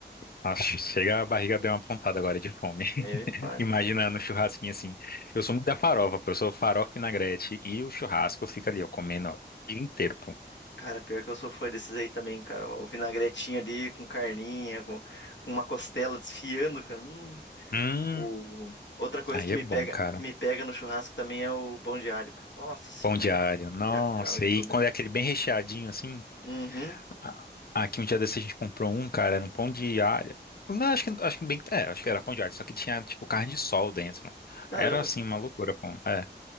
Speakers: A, on the left; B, on the left.
A: Nossa, chega a barriga deu uma pontada agora de fome.
B: daí me fale.
A: Imaginando o churrasquinho assim. Eu sou muito da farofa, pô. Eu sou farofa e vinagrete e o churrasco fica ali, eu comendo, ó, o dia inteiro, pô.
B: Cara, pior que eu sou fã desses aí também, cara. O vinagretinho ali com carninha, com uma costela desfiando, cara. Hum.
A: Hum,
B: O... Outra coisa
A: aí
B: que
A: é
B: me
A: bom,
B: pega,
A: cara.
B: me pega no churrasco também é o pão de alho, cara. Nossa senhora,
A: Pão de alho, nossa.
B: me acaba de
A: E
B: comer.
A: quando é aquele bem recheadinho assim.
B: Uhum.
A: ah, Aqui um dia desse a gente comprou um, cara, era um pão de alho. Não, acho que, acho que bem, é, acho que era pão de alho, só que tinha tipo carne de sol dentro.
B: Caramba,
A: Era assim
B: cara.
A: uma loucura, pô. É,